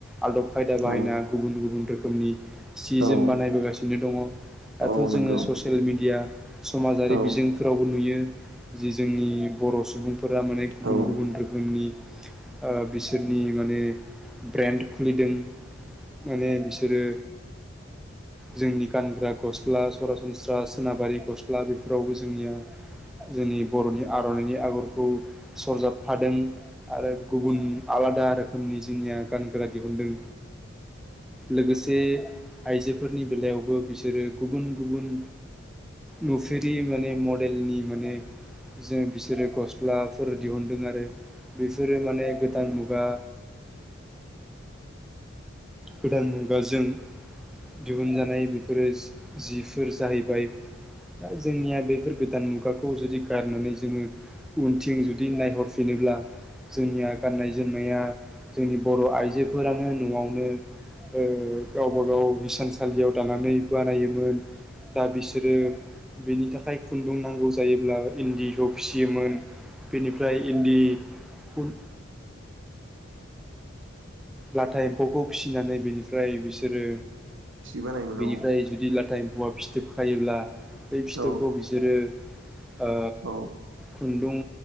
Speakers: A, in the centre; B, on the right.
A: आदब खायदा बाहायना
B: औ
A: गुबुन गुबुन रोखोमनि सि
B: औ
A: जोम बानायबोगासिनो दङ।
B: औ
A: दाथ' जोङो
B: नंगौ
A: ससियेल मेडिया समाजारि
B: बेनिफ्रायबो
A: बिजोंफोरावबो नुयो। जि जोंनि बर' सुबुंफोरा माने
B: सि
A: गुबुन गुबुन रोखोमनि बिसोरनि माने ब्रेन्ड खुलिदों। माने बिसोरो जोंनि गानग्रा गस्ला सरासनस्रा सोनाबारि गस्ला बेफोरावबो जोंनिया जोंनि बर'नि आर'नाइनि आगरखौ सरजाबफादों आरो गुबुन आलादा रोखोमनि जोंनिया गानग्रा दिहुनदों। लोगोसे आइजोफोरनि बेलायावबो बिसोरो गुबुन गुबुन नुफिरि माने मडेलनि माने जों बिसोरो गस्लाफोर दिहुुनदों आरो बेफोरो माने गोदान मुगा गोदान मुगााजों दिहुनजानाय बेफोरो जिफोर जाहैबाय दा जोंनिया बेफोर गोदान मुगाखौ जुदि गारनानै जोङो उनथिं जुदि नायहरफिनो जेब्ला जोंनिया गाननाय जोमनाया जोंनि बर' आइजोफोरानो न'आवनो औ गावबा गाव हिसानसालियाव दानानै बानायोमोन दा बिसोरो बेनि थाखाय खुन्दुं नांगौ जायोब्ला इन्दिखौ फिसियोमोन। बेनिफ्राय इन्दि खुन लाथा एम्फौखौ फिसिनानै बेनिफ्राय बिसोरो
B: बानायोमोन
A: बेनिफ्राय जुदि लाथाया एम्फौवा फिसि फिथोब खायोब्ला बै फिथोबखौ
B: औ
A: बिसोरो ओ
B: औ
A: खुन्दुं